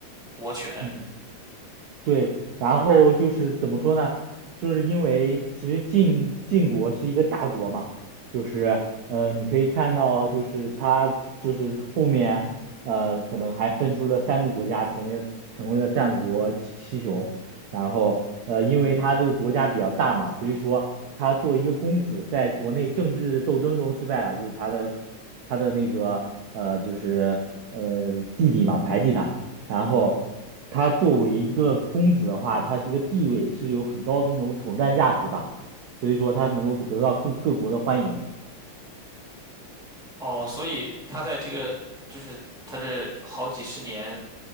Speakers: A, in the centre; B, on the right (about 65°).
A: 夺权。
B: 嗯。对，然后就是怎么说呢？就是因为其实晋晋国是一个大国嘛，就是呃，你可以看到，就是他就是后面呃，可能还分出了三个国家，成为了成为了战国七七雄。然后呃，因为他这个国家比较大嘛，所以说他作为一个公子，在国内政治斗争中失败了，就是他的他的那个呃，就是呃弟弟嘛排挤他。然后他作为一个公子的话，他这个地位是有很高的那种统战价值吧，所以说他能够得到各各国的欢迎。
A: 哦，所以他在这个就是他这好几十年